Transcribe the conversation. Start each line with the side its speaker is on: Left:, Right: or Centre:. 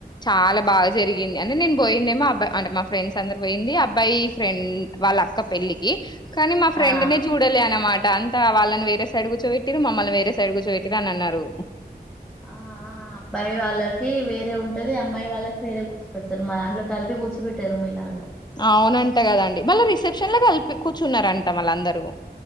Left: చాలా
Centre: ఆ
Left: బాగా
Centre: ఓకే
Left: జరిగింది అంటే నేను పోయిందేమో అబ్బాయి అంటే మా ఫ్రెండ్స్ అందరు పోయింది అబ్బాయి ఫ్రెండ్ వాళ్ళ అక్క పెళ్ళికి కానీ మా ఫ్రెండ్
Centre: ఆ
Left: నీ లే అనమాట అంత వాళ్ళని వేరే సైడ్ కూర్చోపెట్టిరు మమ్మల్ని వేరే సైడ్ కూర్చోపెట్టిరు అన్నారు
Centre: ఆ ఆ అబ్బాయి వాళ్ళకి వేరే ఉంట ఉంటది అమ్మాయి వాళ్ళకి వేర కూర్చ పెడాతారు మా దాంట్లో కలిపి కూర్చ పెట్టారు మీలాగా
Left: అవునంటా కదండి మళ్ళీ రిసెప్షన్ లో కలిపి కూర్చున్నారంట మళ్ళ అందరూ